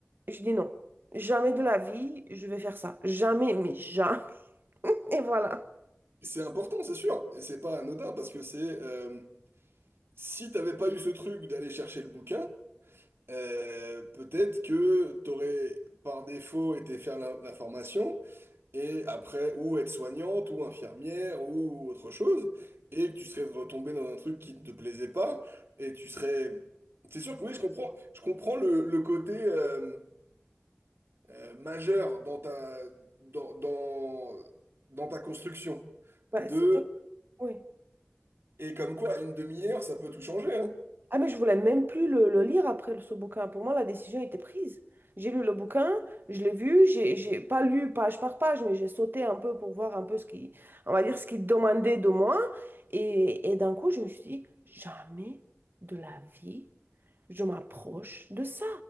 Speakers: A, on the right; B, on the right.
A: et je dis non, jamais de la vie, je vais faire ça. Jamais, mais jamais. <laughs> Et voilà.
B: C'est important, c'est sûr. Et c'est pas anodin, parce que c'est... euh, si t'avais pas eu ce truc d'aller chercher le bouquin, euh, peut-être que t'aurais, par défaut, été faire la, la formation et après, ou être soignante, ou infirmière, ou autre chose, et que tu serais retombé dans un truc qui ne te plaisait pas, et tu serais... C'est sûr que oui, je comprends, je comprends le, le côté euh, euh, majeur dans ta, dans, dans, dans ta construction.
A: Ouais,
B: De...
A: c'était... oui.
B: Et comme quoi, une demi-heure, ça peut tout changer, hein.
A: Ah, mais je voulais même plus le, le lire après le- ce bouquin. Pour moi, la décision était prise. J'ai lu le bouquin, je l'ai vu, j'ai j'ai pas lu page par page, mais j'ai sauté un peu pour voir un peu ce qui, on va dire, ce qu'il demandait de moi. Et, et d'un coup, je me suis dit, jamais de la vie, je m'approche de ça.